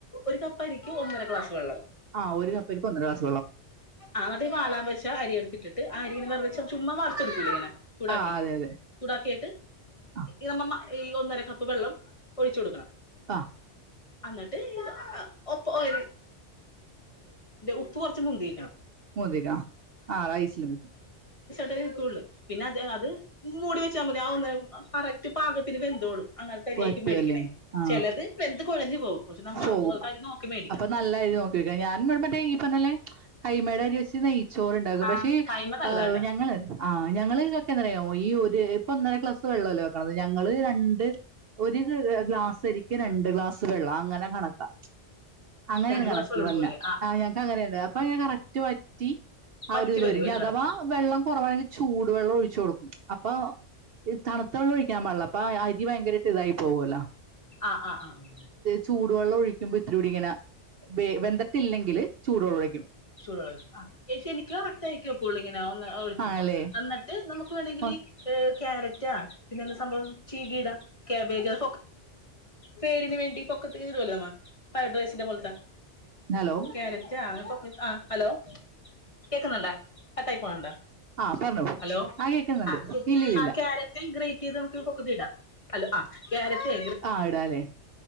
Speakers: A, on the left (about 30°); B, on the right (about 60°).
A: ഒരു കപ്പ് അരി ഒന്നര ക്ലസ് വള്ളം
B: ആഹ ഒരുകപ്പ്ക്ക് ഒന്നര ക്ലാസ്
A: ആന്നട്ട് വാാലാൻ വെച അരി എടുത്തിട്ടിട്ട് ആ അരി ന്ന് റിച്ച ചുമ്മവറുത്ത് ടുക്കൂലെ ഇങ്ങനെ ചൂടാക്കി
B: ആ അതെ അതെ
A: ചൂടാക്കിട്ട്
B: ആ
A: യമ്മ മ്മ ഈ ഒന്നര കപ്പ് വെള്ളം ഒഴിച്ച കൊടുക്കണം
B: ആ
A: അന്നിട്ട് ആ ഒപ്പ ഒരു ഉപ്പ് കുറച് മുന്തിരിക്കണം
B: മൂതിക ആഹ് റൈസ്ില മക്ക്
A: തടവിക്കോള് പിന്നെ അത് അത് മൂടി വെ ഒ കറക്റ്റ് പാകത്തിന് വെന്തോളും അങ്ങനെ തരിായിക്കും
B: പറ്റുമല്ലേ
A: മേടിക്കണേ
B: ആ
A: ചിലത് വെന്ത് കുഴഞ്ഞു പോകും പക്ഷെ നമ്മ
B: പോകും
A: അതുപോലത്തെ അരി നോക്കി മേടിക്കണം
B: അപ്പൊ നല്ലായിത് നോക്കി വക്ക ഞാൻ ഇടെ മറ്റേ ഈ പറഞ്ഞല്ലേ ആയി മാേടറി അസി ന ചോറണ്ടാകും
A: ആ
B: പക്ഷേ
A: കൈമ നല്ലതാട്ടാ
B: ആ ഞങ്ങള് ആ ഞങ്ങൾക്കെ എന്തറയാമോ ഈ ഒരു ഇപ്പൊ ഒന്നര ഗ്ലാസ് വെള്ളമല്ലോ വെക്കത് ഞങ്ങള് രണ്ട് ഒരു ഗ്ലാസ്സരിക്കക്ക് രണ്ട് ഗ്ലാസ് ള്ളോ അങ്ങനെ കണക്കാം അങ്ങനെയാണ്
A: രണ്ട് ഗ്ലാസ്
B: കണക്ക്
A: വെള്ളം എടുക്കൂലേ
B: വന്ന ആ ഞങ്ങക്ക് അങ്ങനെയണ്ട് അപ്പൊ ഞൻ ക റ്റവത്തി ആ
A: വറ്റി
B: ഒരു ഇതില്
A: വരും
B: വര അഥവാ
A: കറക്റ്റ്
B: വെള്ളം കുറവാണെങ്കിൽ ചൂട് വെള്ളം ഒഴിച്ചു കൊടുക്കും അപ്പൊ തണുത്ത വെള്ളം ഒഴിക്കാൻ പാടില്ല അപ്പൊ അരി ഭയങ്കരമായിട്ട് ഇതായി പോകുവല്ലോ
A: ആ ആ ആ ആ
B: ചൂടുവെള്ളം ഒഴിക്ക ഇത്ര കൂടി ഇങ്ങനെ വെ വെന്തിട്ടില്ലെങ്കിൽ ചൂട് വെള്ളഴിക്കും
A: ചൂട വെള്ളഴിക്ക്ആ ശരിക്ക് കറക്റ്റ് ആയിരിരിക്കുംമ്പഴ് ഒഴിക്കുമ്പോ
B: ആണല്ലേ
A: എന്നിട്ട് നമുക്ക് വേണമെങ്കില്
B: ഓ,
A: ക്യാരറ്റ് പിന്നെ സംഭവം ചീകീടാ കേബേജ്അ പേരിന് വേണ്ടി പൊക്കത്ത ഫ്രൈഡ് റൈസിന്റെ പോലത്തൊ
B: ഹലോ
A: കാരറ്റ് ആന പ ആ ഹലോ കേൾക്കുന്നുണ്ടോ കട്ടായി പോണണ്ടോ
B: ആ പറഞ്ഞോ
A: ഹലോ
B: കേൾക്കുന്നുണ്ട്
A: ആ
B: ഇല്ല ഇല്ല
A: ആ
B: ഇല്ല
A: ക്യാരറ്റ് ഗ്രേറ്റ് ചെയ്ത് നമുക്ക് പൊക്കുതി ഇടാം ഹലോ ആ ക്യാരറ്റ്
B: ആഹ ഇടല്ലേ